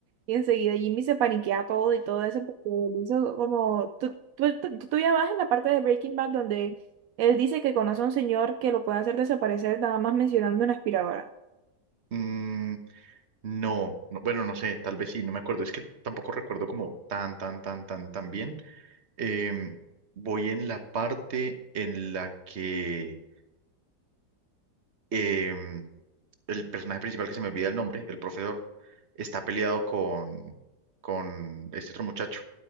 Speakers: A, on the right (about 70°); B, on the right (about 40°).
A: Y enseguida Jimmy se paniquea todo y todo eso porque él hizo como, tú, tú, tú, tú ya vas en la parte de Breaking Bad donde él dice que conoce a un señor que lo puede hacer desaparecer nada más mencionando una aspiradora.
B: Mm, no, no, bueno, no sé, tal vez sí, no me acuerdo. Es que tampoco recuerdo como tan, tan, tan, tan, tan bien. Em, voy en la parte en la que em, el personaje principal, que se me olvida el nombre, el profesor, está peleado con, con este otro muchacho.